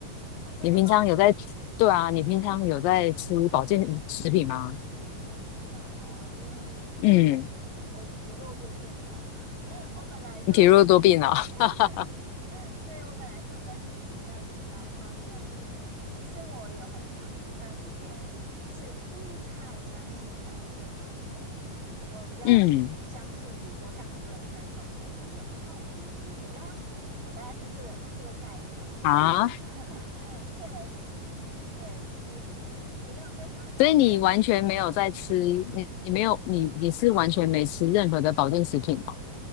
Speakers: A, on the right; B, on the left.
A: 哦，真的吗？
B: 你平常有在，对啊，你平常有在吃保健食品吗？
A: 我平常哦，因为
B: 嗯，
A: 我体弱多病哈，<laughs> 我本来就有
B: 你体弱多病了、
A: <laughs>
B: <laughs>
A: 所以我本来就有在吃其他的药，保健品。其实我有很长一段时间是不太相信保健品的，我比较相信，
B: 嗯
A: 比如说像很多人推崇说鱼油，那我们就去吃鱼啊，我大概是这个这个概念。为什么？
B: 啊，
A: <laughs> 对，对你，你你有这相关的知识吗？
B: 所以你完全没有在吃，你你没有你你是完全没吃任何的保健食品哦。